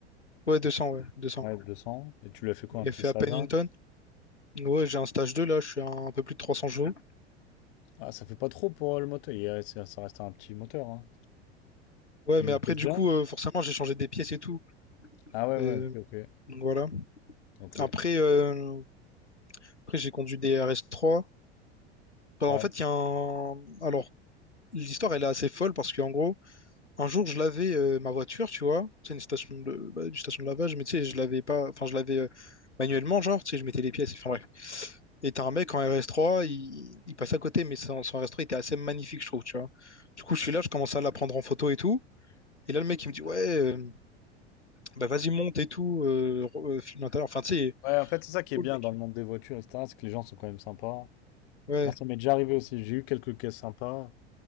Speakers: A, on the left; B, on the left.
A: ouais, 200 ouais, deux cents
B: Ouais, 200. Et tu lui as fait quoi, un
A: Il
B: petit
A: a fait
B: stage-là?
A: à peine une tonne. Ouais, j'ai un stage 2 là, je suis à un peu plus de 300 jours.
B: Ah, ça fait pas trop pour euh, le moteur. Il y ça ça reste un petit moteur, hein.
A: Ouais,
B: Il
A: mais
B: encaisse
A: après, du
B: bien?
A: coup, euh, forcément, j'ai changé des pièces et tout.
B: Ah ouais, ouais,
A: Euh,
B: ok, ok.
A: donc voilà.
B: Ok,
A: Après, euh, après j'ai conduit des RS3. Bah,
B: ouais.
A: en fait, il y a un... Alors, l'histoire, elle est assez folle parce qu'en gros, un jour, je lavais euh, ma voiture, tu vois. C'est une station de... bah, une station de lavage, mais tu sais, je l'avais pas... Enfin, je l'avais euh, manuellement, genre, tu sais, je mettais les pièces. Enfin, bref. Et t'as un mec en RS3, il, il passe à côté, mais son, son RS3 était assez magnifique, je trouve, tu vois. Du coup, je suis là, je commence à la prendre en photo et tout. Et là, le mec, il me dit, ouais, euh, bah vas-y, monte et tout, euh, re- euh, filme l'intérieur. Enfin, tu sais,
B: Ouais, en fait, c'est ça qui est
A: cool,
B: bien
A: mec.
B: dans le monde des voitures, et cetera, c'est que les gens sont quand même sympas.
A: Ouais.
B: Non, ça m'est déjà arrivé aussi. J'ai eu quelques caisses sympas.